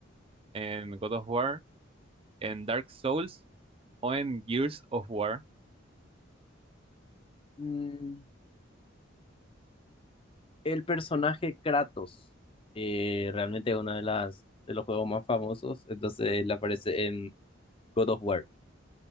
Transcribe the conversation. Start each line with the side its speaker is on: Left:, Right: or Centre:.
Right: ¿En God of War? ¿En Dark Souls? ¿O en Gears of War?
Left: Mm, el personaje Kratos. eh, realmente es uno de las de los juegos más famosos. Entonces él aparece en God of War.